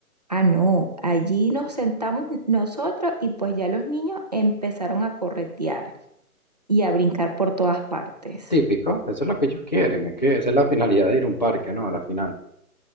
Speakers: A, on the right; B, on the left.
A: Ah, no, allí nos sentamos n- nosotros y pues ya los niños empezaron a corretear y a brincar por todas partes.
B: Típico, eso es lo que ellos quieren, es que esa es la finalidad de ir a un parque, ¿no? A la final.